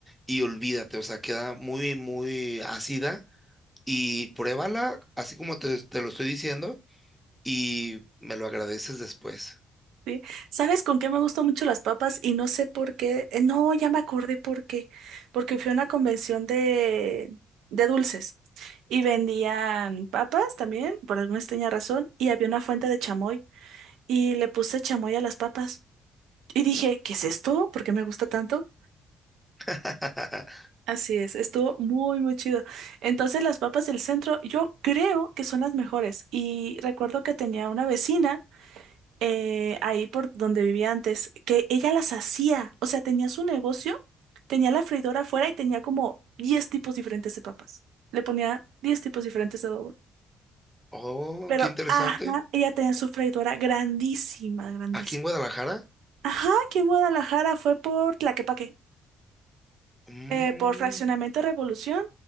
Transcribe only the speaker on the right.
Sí. ¿Sabes con qué me gustan mucho las papas? Y no sé por qué. eh, No, ya me acordé por qué. Porque fui a una convención de, de dulces y vendían papas también, por alguna extraña razón, y había una fuente de chamoy y le puse chamoy a las papas. Y dije, ¿qué es esto? ¿Por qué me gusta tanto?
Así es, estuvo muy, muy chido. Entonces las papas del centro yo creo que son las mejores. Y recuerdo que tenía una vecina. eh, ahí por donde vivía antes, que ella las hacía. O sea, tenía su negocio, tenía la freidora afuera y tenía como 10 tipos diferentes de papas. Le ponía 10 tipos diferentes de adobo.
Pero,
ajá, ella tenía su freidora grandísima, grandísima.
Ajá, aquí en Guadalajara fue por Tlaquepaque,
eh, por Fraccionamiento Revolución.